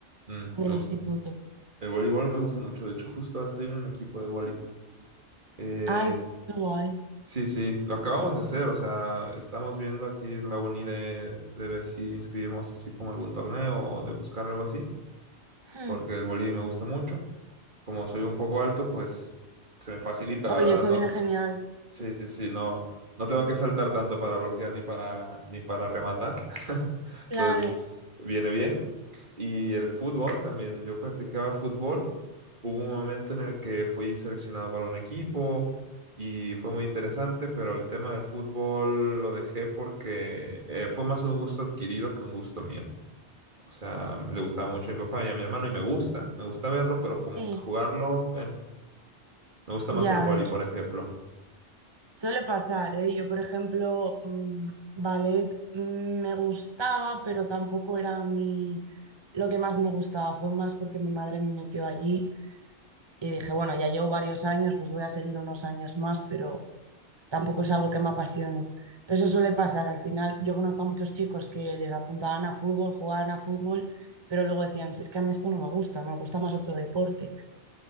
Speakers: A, on the right; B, on the right.
A: Mm,
B: en
A: me
B: el instituto.
A: gust- El voleibol me gusta mucho, de hecho, justo ahora estoy en un equipo de voleibol. Eh,
B: Ay, qué guay.
A: sí, sí, lo acabamos de hacer, o sea, estamos viendo aquí en la uni de, de ver si inscribimos así como algún torneo o de buscar algo así,
B: Hmm.
A: porque el voleibol me gusta mucho. como soy un poco alto, pues se me facilita,
B: Oye,
A: la verdad,
B: eso
A: no.
B: viene genial.
A: Sí, sí, sí, no, no tengo que saltar tanto para bloquear ni para, ni para rematar. <laughs>
B: Claro,
A: Entonces, viene bien. Y el fútbol también, yo practicaba fútbol. Hubo un momento en el que fui seleccionado para un equipo y fue muy interesante, pero el tema del fútbol lo dejé porque eh, fue más un gusto adquirido que un gusto mío. O sea, le gustaba mucho a mi papá y a mi hermano y me gusta, me gusta verlo, pero como
B: sí.
A: que jugarlo... <laughs> Me gusta
B: Ya,
A: más el vóley,
B: a ver,
A: por ejemplo.
B: suele pasar, ¿eh? Yo, por ejemplo, mm, ballet mm, me gustaba, pero tampoco era mi... lo que más me gustaba. Fue más porque mi madre me metió allí Y dije, bueno, ya llevo varios años, pues voy a seguir unos años más, pero tampoco es algo que me apasione. Pero eso suele pasar. Al final, yo conozco a muchos chicos que les apuntaban a fútbol, jugaban a fútbol, pero luego decían, si es que a mí esto no me gusta, me gusta más otro deporte.